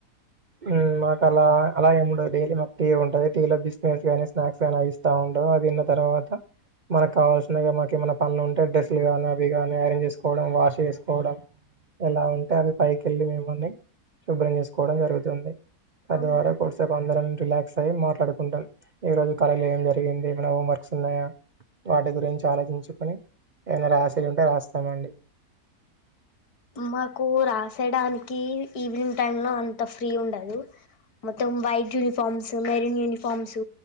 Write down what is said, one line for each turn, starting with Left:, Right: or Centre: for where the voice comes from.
Right: ఉమ్ మాకు అలా అలా ఏముండదు డైలీ మాకు టీ ఉంటది టీలో బిస్మిట్స్ కానీ స్నాక్స్ కాని ఇస్తా ఉంటరు అది తిన్న తర్వాత మనకు కావాల్సినవి మాకు ఏమైనా పండ్లు ఉంటే డ్రెస్సులుగాని అవి కాని అరేంజ్ చేసుకోవడం వాష్ చేసుకోవడం ఇలా ఉంటే అవి పైకెళ్ళి మిమ్మల్ని శుభ్రం చేసుకోవడం జరుగుతుంది <inaudible> ఆదివారం
Left: అవునా
Right: కొద్దిసేపు అంద్రం రిలాక్ అ మాట్లాడుకుంటాం ఈ రోజు కాలేజీ ఏం జరిగింది ఏమైనా హోం వర్క్స్ ఉన్నాయా వాటి గురించి ఆలోచించుకని ఏమైనా రాసేవి ఉంటే రాస్తామ అండి
Left: మాకు రాసేడానికి ఈవినింగ్ టైమ్ లో అంత ఫ్రీ ఉండదు మొత్తం వైట్ యూనిఫామ్స్ మెరన్ యూనిఫార్మ్స్